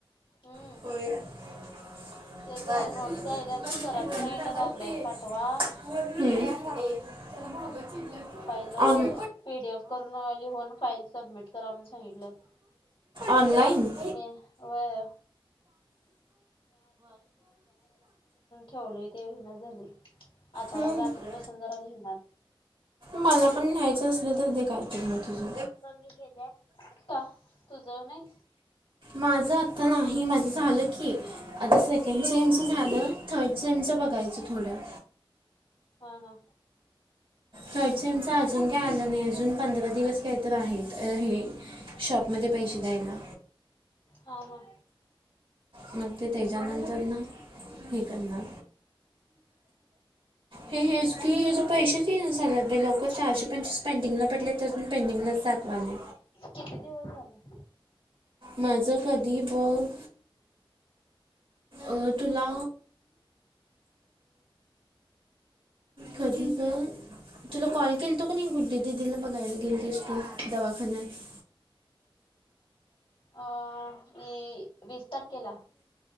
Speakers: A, on the left (about 75°); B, on the right (about 70°).
A: हम्म
B: होया.
A: तेच नोट्स यायल्यात
B: हम्म.
A: सरांनी सांगितल्यात ऑनलाईन पाठवा
B: <unintelligible>
A: पहिलं
B: ऑन
A: पीडीएफ करून, लिहून फाईल सबमिट. करा म्हणून सांगितल्यात
B: ऑनलाइन. <inaudible>
A: मी व्हय ठेवले ते विहिनाच झालंय, आता
B: हम्म
A: आज रात्री बसून जरा लिहिणार.
B: मला पण न्यायचं असलं तर दे काय. <unintelligible> तुझं.
A: का तुझं नाही.
B: माझं आता नाही, माझं झालं की. आता सेकंड सेमच
A: हम्म
B: झालं, थर्ड सेमच बघायचं थोडं.
A: हा हा.
B: चर्चमच अजून
A: मग
B: काय आलं नाही, अजून पंधरा दिवस काय तर आहेत हे. शॉपमध्ये पैसे द्यायला.
A: हा हा.
B: मग ते तेच्यानंतरन. ठीक आहे ना, हे हेच की हेज पैसेचं. तीन सारल बाई लवकर. चारशे पंचवीस पेंटिंगला पडले ते पेंटिंगलाच‌ दाखवाले.
A: किती दिवस झालं.
B: माझं कधी बघं. अ.. तुला. कधी गं. तुला कॉल केलतो कणी, गुड्डी दिदीला बघायला गेलतीस तु दवाखान्यात.
A: अ... मी. वीस तारखेला,